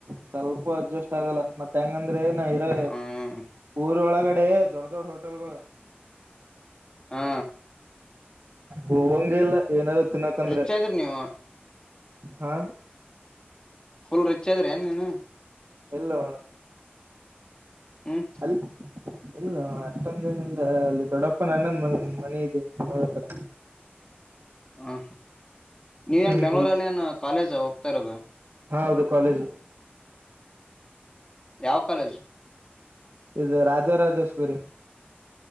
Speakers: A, on the right; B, on the left.
A: ಸ್ವಲ್ಪ ಅಡ್ಜಸ್ಟ್ ಆಗಲ್ಲ ಮತ್ತೆ ಹೆಂಗ್ ಹಂಗಂದ್ರೆ ನಾ ಇರೋ
B: ಹ್ಮ್
A: ಊರೊಳಗಡೆ ದೊಡ್ಡ ದೊಡ್ಡ ಹೋಟೆಲ್ಗಳು
B: ಹಾ
A: ಹೋಗೋದೇ ಇಲ್ಲ ಏನಾರು ತಿನ್ನಕಂದ್ರೆ
B: ರಿಚ್ ಇದ್ರಿ ನೀವು
A: ಹಾ
B: ಫುಲ್ ರಿಚ್ ಅಂದೇ ಏನ್ ನೀನು
A: ಇಲ್ವೋ ಅಣ್ಣ
B: ಹ್ಮ್
A: ಅಲ್. ಇಲ್ಲೊ ಅಣ ಅಷ್ಟೊಂದನ ಇಲ್ಲ ಅಲ್ಲಿ ದೊಡ್ಡಪ್ಪ ಅಣ್ಣನ್ ಮನಿ ಇದೆ ನಮ್ಮೂರ ಹತ್ರ.
B: ಹಾ ನೀ
A: ಹ್ಮ್
B: ಎನ್ ಬೆಂಗ್ಳೂರಲ್ಲಿ ಏನ್ ಕಾಲೇಜ ಹೋಗ್ತಾ ಇರೋದು.
A: ಹಾ ಹೌದು ಕಾಲೇಜು.
B: ಯಾವ ಕಾಲೇಜು.
A: ಇದು ರಾಜಾ ರಾಜೆಶ್ವರಿ.